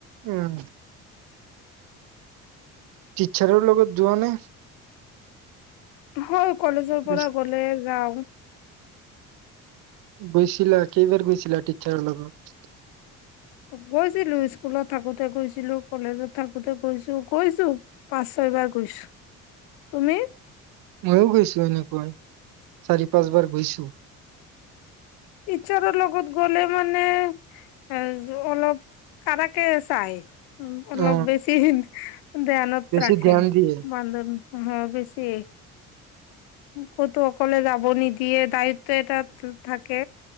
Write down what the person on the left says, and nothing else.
হয়। কলেজৰ
পৰা গ'লে যাওঁ।
গৈছিলো স্কুলত থাকোতে গৈছিলো, কলেজত থাকোতে গৈছো, গৈছো পাঁচ ছয়বাৰ গৈছো। তুমি?
টিচাৰৰ লগত গ'লে মানে এ অলপ কাবাকে চাই। উম অলপ
বেছি হীন <unintelligible> ধ্যানত
ৰাখে।
বান্ধোন হে বেছি। ক'তো অকলে যাব নিদিয়ে গাড়ীত। এটাত থাকে।